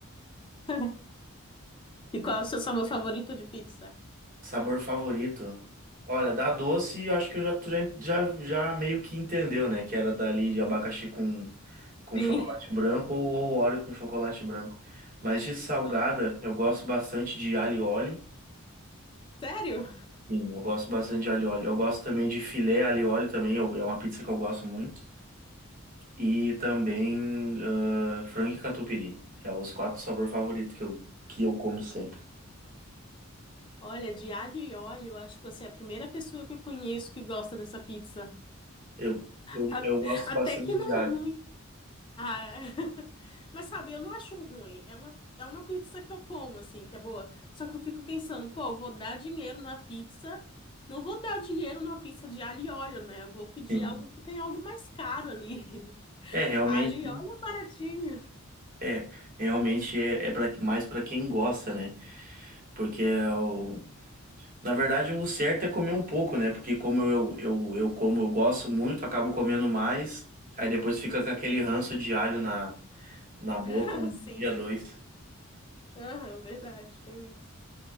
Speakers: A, on the left; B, on the right.
A: <laughs> E qual é o seu sabor favorito de pizza?
B: Sabor favorito? Olha, da doce, eu acho que eu já, tu já, já, já meio que entendeu, né? Que era dali de abacaxi com, com
A: Sim.
B: chocolate
A: <laughs>
B: branco ou, ou Oreo com chocolate branco. Mas de salgada,
A: Ah,
B: eu gosto bastante de alho e óleo.
A: Sério?
B: Sim, eu gosto bastante de alho e óleo. Eu gosto também de filé alho e óleo também, eu- é uma pizza que eu gosto muito. E também ah, frango e catupiry. É os quatro sabores favoritos que eu, que eu como sempre.
A: Olha, de alho e óleo, eu acho que você é a primeira pessoa que eu conheço que gosta dessa pizza.
B: Eu, eu,
A: A-
B: eu gosto
A: Até
B: bastante
A: que não
B: de alho.
A: é ruim. Ah, é. <laughs> Mas sabe, eu não acho ruim. É uma, é uma pizza que eu como, assim, que é boa. Só que eu fico pensando, pô, vou dar dinheiro numa pizza. Não vou dar dinheiro numa pizza de alho e óleo, né? Vou pedir
B: Sim.
A: algo que tem algo mais caro ali. <laughs>
B: É, realmente.
A: Alho e óleo é baratinho.
B: É, realmente é, é pra, mais para quem gosta, né? Porque é o, na verdade o certo é comer um pouco, né? Porque como eu, eu, eu como eu gosto muito, acabo comendo mais, aí depois fica com aquele ranço de alho na, na boca
A: <laughs>
B: um
A: Assim.
B: dia, dois.
A: Aham, verdade, tem isso.